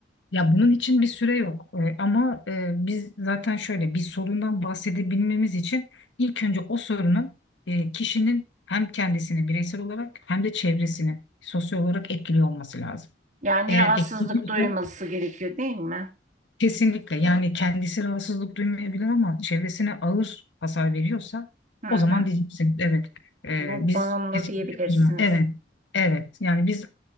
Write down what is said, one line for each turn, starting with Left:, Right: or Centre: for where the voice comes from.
Left: Ya bunun için bir süre yok. Ee, ama e, biz zaten şöyle bir sorundan bahsedebilmemiz için ilk önce o sorunun e, kişinin hem kendisini bireysel olarak hem de çevresini sosyal olarak etkiliyor olması lazım.
Right: Yani
Left: Eğer
Right: rahatsızlık
Left: etkiliyorsa
Right: duyması gerekiyor değil mi?
Left: Kesinlikle yani kendisi rahatsızlık duymayabilir ama çevresine ağır hasar veriyorsa
Right: Hı hı.
Left: o zaman diyeceksin evet Ee,
Right: Bu
Left: biz
Right: bağımlı
Left: kesinlikle
Right: diyebilirsiniz.
Left: uzman evet evet yani biz